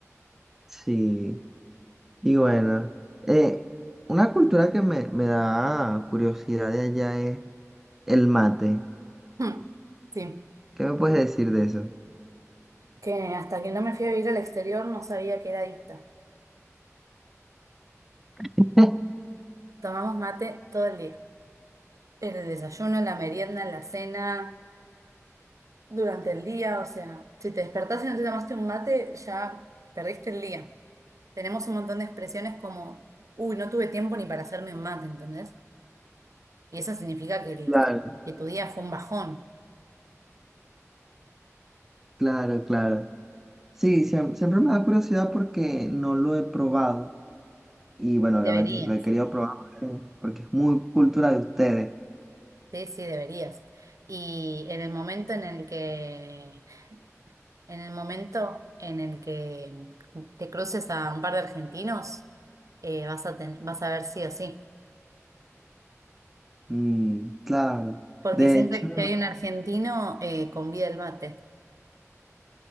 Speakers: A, in the centre; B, on the right.
A: Sí, y bueno, eh, una cultura que me, me da curiosidad de allá es el mate.
B: Mm. Sí,
A: ¿Qué me puedes decir de eso?
B: que hasta que no me fui a vivir al exterior no sabía que era adicta.
A: <laughs>
B: Tomamos mate todo el día. En el desayuno, en la merienda, en la cena. durante el día, o sea, si te despertás y no te tomaste un mate, ya perdiste el día. Tenemos un montón de expresiones como, uy, no tuve tiempo ni para hacerme un mate, ¿entendés? Y eso significa que, el-
A: Claro,
B: que tu día fue un bajón.
A: claro, claro. Sí, siem- siempre me da curiosidad porque no lo he probado. Y bueno, obviamente
B: Deberías,
A: lo he querido probar porque, porque es muy cultura de ustedes.
B: sí, sí, deberías. Y en el momento en el que, en el momento en el que te cruces a un par de argentinos, eh, vas a ten- vas a ver sí o sí.
A: Mm, claro.
B: Porque
A: De
B: siempre
A: hecho.
B: que hay un argentino, eh, convida el mate.